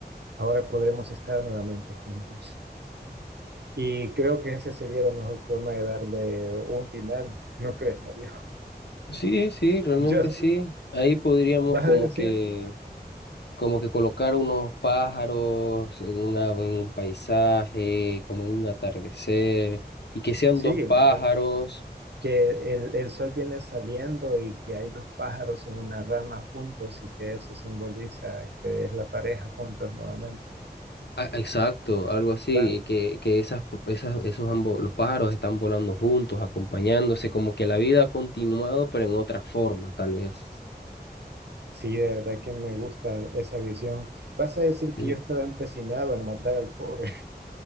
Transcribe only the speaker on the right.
Ahora podremos estar nuevamente juntos. Y creo que esa sería la mejor forma de darle un final, ¿no crees, Mario?
<laughs>
Just,
vas
a decir,
sí,
eh, que el, el sol viene saliendo y que hay dos pájaros en una rama juntos y que eso simboliza que es la pareja juntos nuevamente.
Va,
sí, de verdad que me gusta esa visión. Vas a decir
que yo estaba empecinado en matar al pobre.